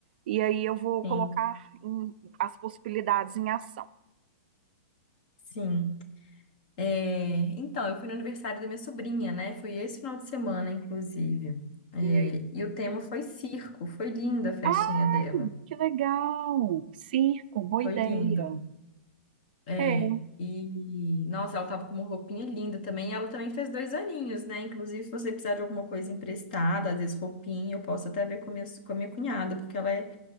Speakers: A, on the right; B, on the left.
A: e aí eu vou
B: Sim.
A: colocar em- as possibilidades em ação.
B: Sim. É, então, eu fui no aniversário da minha sobrinha, né? Foi esse final de semana, inclusive. É,
A: E aí,
B: e o tema foi circo. Foi linda a festinha
A: ah,
B: dela.
A: que legal! Circo, boa
B: Foi
A: ideia.
B: lindo. É,
A: É,
B: e, nossa, ela tava com uma roupinha linda também. E ela também fez dois aninhos, né? Inclusive, se você precisar de alguma coisa emprestada, às vezes roupinha, eu posso até ver com a minha, com a minha cunhada, porque ela é